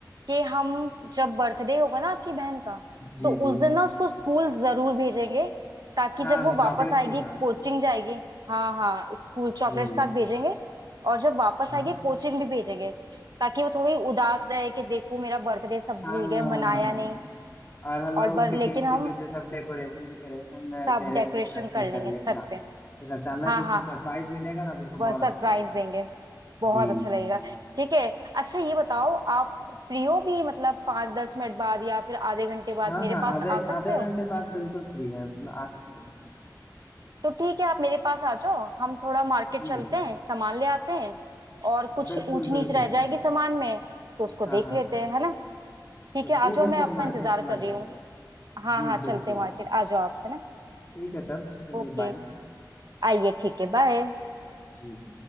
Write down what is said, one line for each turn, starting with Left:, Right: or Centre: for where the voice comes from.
Right: कि हम जब बर्थडे होगा ना आपकी बहन का
Left: जी
Right: तो
Left: जी
Right: उस दिन ना उसको स्कूल जरूर भेजेंगे ताकि
Left: हाँ
Right: जब वो
Left: हाँ
Right: वापस
Left: चॉकलेट्स
Right: आएगी
Left: के साथ
Right: कोचिंग जाएगी हाँ हाँ स्कूल चॉकलेट
Left: जी
Right: साथ भेजेंगे और जब वापस
Left: हाँ
Right: आएगी कोचिंग भी भेजेंगे ताकि वो थोड़ी उदास रहे कि देखो मेरा बर्थडे सब
Left: हाँ
Right: भूल गए मनाया नहीं
Left: और हम
Right: और
Left: लोग
Right: बर
Left: उसके
Right: लेकिन
Left: पीठ
Right: हम
Left: के पीछे सब डेकोरेशन वेकोरेशन
Right: सब
Left: टेरेस
Right: डेकोरेशन
Left: पे छत पे
Right: कर
Left: कर
Right: लेंगे
Left: ले
Right: छत
Left: क्या फिर
Right: पे
Left: अचानक
Right: हाँ
Left: उसको
Right: हाँ
Left: सरप्राइज मिलेगा ना तो उसको
Right: वह
Left: बहुत
Right: सरप्राइज
Left: अच्छा लगेगा
Right: देंगे बहुत
Left: जी
Right: अच्छा लगेगा ठीक है अच्छा ये बताओ आप फ्री हो भी मतलब पाँच दस मिनट बाद या फिर आधे घंटे बाद
Left: हाँ
Right: मेरे
Left: हाँ
Right: पास
Left: आधे
Right: आ सकते
Left: आधे
Right: हो
Left: घंटे बाद बिल्कुल फ्री है आ सकते हैं
Right: तो ठीक है आप मेरे पास आ जाओ हम थोड़ा मार्केट
Left: जी
Right: चलते हैं सामान ले आते हैं और कुछ
Left: बिल्कुल
Right: ऊंच नीच
Left: बिल्कुल
Right: रह जाएगी सामान में तो उसको
Left: हाँ
Right: देख
Left: हाँ
Right: लेते हैं है ना ठीक
Left: तो ठीक
Right: है आ जाओ
Left: है
Right: मैं
Left: फिर
Right: आपका
Left: मार्केट
Right: इंतजार
Left: चला
Right: कर रही
Left: जाए
Right: हूँ हाँ
Left: जी
Right: हाँ चलते
Left: बिल्कुल
Right: हैं मार्केट आ जाओ आप है ना
Left: ठीक है तब चलिए
Right: ओके
Left: बाय
Right: आइए ठीक है बाय
Left: जी